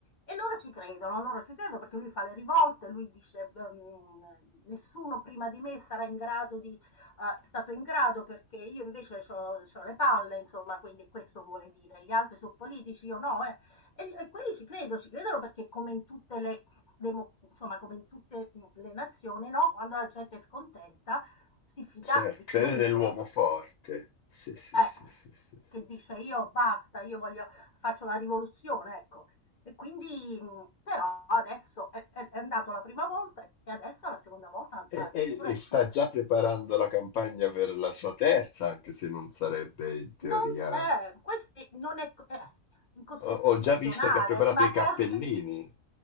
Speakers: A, on the left; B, on the left.
A: e loro ci credono, loro ci credono perché lui fa le rivolte, lui dice, ehm, nessuno prima di me sarà in grado di, eh, è stato in grado perché io invece ho le palle, insomma, quindi questo vuole dire, gli altri sono politici, io no, eh. E, e quelli ci credono, ci credono perché come in tutte le, demo- insomma, come in tutte le nazioni, no? Quando la gente è scontenta si fida
B: Certo,
A: di
B: crede
A: chiunque.
B: nell'uomo forte. Sì, sì,
A: Eh,
B: sì, sì, sì, sì,
A: che dice:
B: sì.
A: "Io basta, io voglio faccio la rivoluzione", ecco. E quindi mhmm, però adesso è è è andato la prima volta e adesso è la seconda volta,
B: E,
A: a addirittura
B: e- e
A: di
B: sta
A: più.
B: già preparando la campagna per la sua terza, anche se non sarebbe in teoria.
A: Non s eh, questi non è c eh, incostituzionale,
B: Ho, ho già visto che ha preparato
A: una
B: i cappellini
A: terza